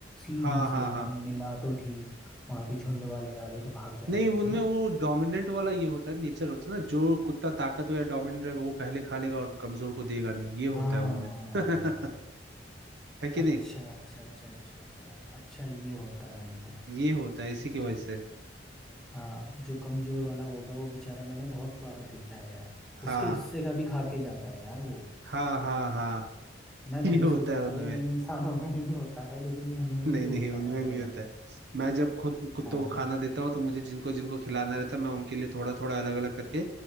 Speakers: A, in the centre; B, on the right.
A: सीधे
B: हाँ हाँ
A: से एकदम
B: हाँ
A: मिला तो ठीक वहां पे झुंड वाले आ गए तो भाग जाते
B: नहीं
A: हैं
B: उनमें
A: है ना
B: वो डोमिनेंट वाला ये होता है नेचर होता है ना जो कुत्ता ताकतवर या डोमिनेंट रहेगा वो पहले खा लेगा और कमजोर को देगा नहीं ये होता
A: हाँ
B: है उनमें <laughs> है कि
A: अच्छा
B: नहीं
A: अच्छा अच्छा अच्छा अच्छा अच्छा ये होता है उनमें
B: ये होता है
A: ठीक
B: इसी की वजह
A: ठीक
B: से
A: हाँ जो कमजोर वाला होगा वो बेचारा मैंने बहुत बार देखा है यार उसके
B: हाँ
A: हिस्से का भी खा के जाता है यार वो
B: हाँ हाँ हाँ <laughs>
A: मैं
B: ये
A: पहले
B: होता
A: सोचता
B: है उनमें
A: था ये इंसानों में ही होता है लेकिन ये उनमें
B: नहीं
A: भी होता
B: नहीं उनमें
A: है वाला
B: भी होता है मैं जब खुद कुत्तों
A: हाँ
B: को खाना देता हूँ तो मुझे जिनको जिनको खिलाना रहता है मैं उनके लिए थोड़ा थोड़ा अलग अलग करके